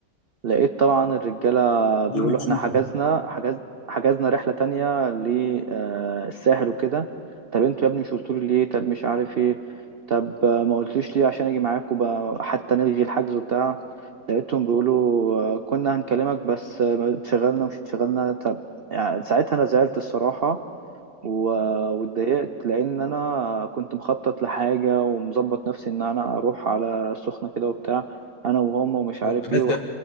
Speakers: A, on the right (about 60°); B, on the left (about 80°).
A: لقيت طبعا الرجالة بيقولوا
B: اليوم يمشيش
A: احنا حجزنا حجز حجزنا رحلة تانية للساحل وكده طب انتوا يا ابني مش قلتولي ليه طب مش عارف ايه طب آه، ما قلتليش ليه عشان اجي معاكم بقى حتى نلغي الحجز وبتاع لقيتهم بيقولوا آه، كنا هنكلمك بس آه، اتشغلنا ومش اتشغلنا طب يعني ساعتها انا زعلت الصراحة و- واتضايقت لان انا كنت مخطط لحاجة ومظبط نفسي ان انا اروح على السخنة كده وبتاع انا وهم ومش عارف
B: هو عملت
A: ايه